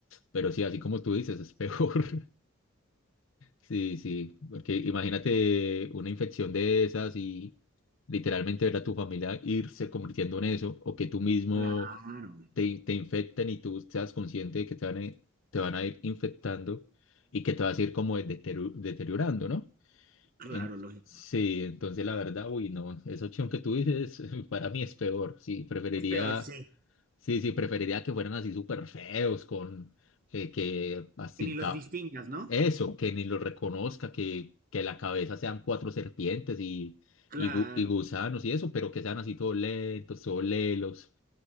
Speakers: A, on the left; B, on the right.
A: pero sí, así como tú dices, es peor. <laughs> Sí, sí, porque imagínate una infección de esas y literalmente ver a tu familia irse convirtiendo en eso, o que tú mismo
B: Claro,
A: te, te infecten y tú seas consciente de que te van a, te van a ir infectando y que te vas a ir como deteru- deteriorando, ¿no?
B: claro,
A: En-
B: lógico.
A: sí, entonces la verdad, uy, no, esa opción que tú dices <laughs> para mí es peor, sí, preferiría
B: Es peor, sí.
A: Sí, sí, preferiría que fueran así súper feos, con que, que así,
B: Que ni los
A: ca-
B: distingas, ¿no?
A: eso, que ni los reconozca, que, que la cabeza sean cuatro serpientes y,
B: Claro.
A: y, gu- y gusanos y eso, pero que sean así todos lentos, todos lelos.